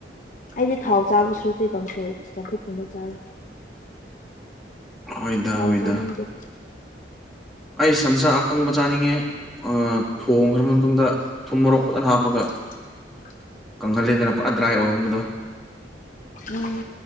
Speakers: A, on the left; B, in the centre.
A: ꯑꯩꯗꯤ ꯊꯥꯎ ꯆꯥꯕꯁꯨꯗꯤ ꯀꯥꯡꯁꯣꯏ ꯆꯝꯐꯨꯠ ꯀꯨꯝꯕ ꯆꯥꯕꯥ
B: ꯍꯣꯏꯗ
A: ꯊꯥꯎ
B: ꯍꯣꯏꯗ
A: ꯆꯥꯅꯤꯡꯗꯦ
B: ꯑꯩ ꯁꯟꯁꯥ ꯑꯀꯪꯕ ꯆꯥꯅꯤꯡꯉꯦ ꯊꯣꯡꯈ꯭ꯔ ꯃꯇꯨꯡꯗ ꯊꯨꯝ ꯃꯣꯔꯣꯛ ꯐꯖꯅ ꯍꯥꯞꯄꯒ
A: <inaudible>
B: ꯀꯪꯍꯜꯂꯦꯗꯅ ꯄꯨꯔꯥ ꯗ꯭ꯔꯥꯏ ꯑꯣꯏꯍꯟꯕꯗꯣ
A: ꯎꯝ